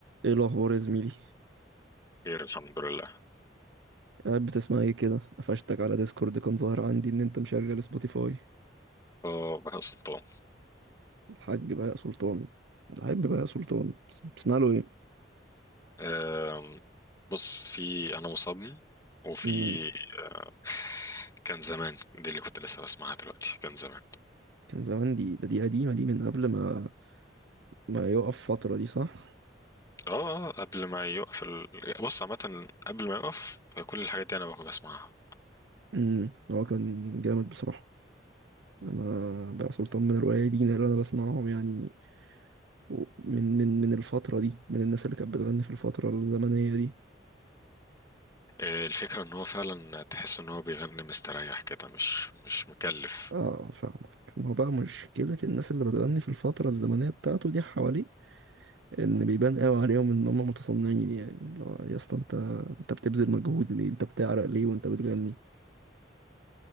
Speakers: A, on the right (about 70°); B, on the left (about 20°).
A: ايه الاخبار يا زميلي
B: خير الحمد لله
A: قاعد بتسمع ايه كده قفشتك على ديسكورد كان ظاهر عندي ان انت مشغل سبوتيفاي
B: اه بهاء سلطان
A: الحاج بقى سلطان الحاج بقى سلطان بس- بتسمع له ايه
B: آم، بص في انا مصمم وفي
A: امم
B: آه، كان زمان دي اللي كنت لسه بسمعها دلوقتي كان زمان
A: كان زمان دي ده دي قديمه دي من قبل ما ما يقف فتره دي صح
B: اه آه، اه، قبل ما يوقف ال... بص عامة قبل ما يوقف كل الحاجات دي انا بكون بسمعها
A: امم هو كان جامد بصراحه انا بقى سلطان من القليلين اللي انا بسمعهم يعني و- من من من الفتره دي من الناس اللي كانت بتغني في الفتره الزمنيه دي
B: آه، الفكرة ان هو فعلا تحس ان هو بيغني مستريح كده مش مش مكلف
A: اه فاهمك ما هو بقى مشكله الناس اللي بتغني في الفتره الزمنيه بتاعته دي حواليك ان بيبان قوي عليهم ان هم متصنعين يعني اللي هو يا اسطى انت انت بتبذل مجهود ليه انت بتعرق ليه وانت بتغني